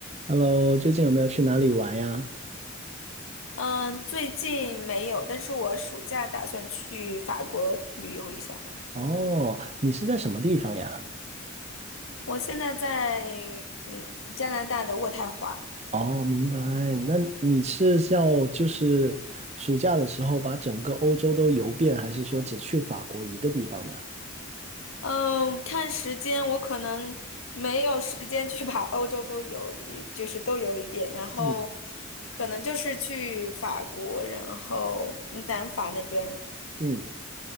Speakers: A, on the right (about 30°); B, on the left (about 75°).
A: Hello，最近有没有去哪里玩呀？
B: 嗯，最近没有，但是我暑假打算去法国旅游一下。
A: 哦，你是在什么地方呀？
B: 我现在在嗯加拿大的渥太华，
A: 哦，明白。那你是要就是暑假的时候把整个欧洲都游遍，还是说只去法国一个地方呢？
B: 嗯，看时间我可能没有时间去把欧洲都游的，就是都游一遍，然后
A: 嗯
B: 可能就是去法国，然后南法那边。
A: 嗯，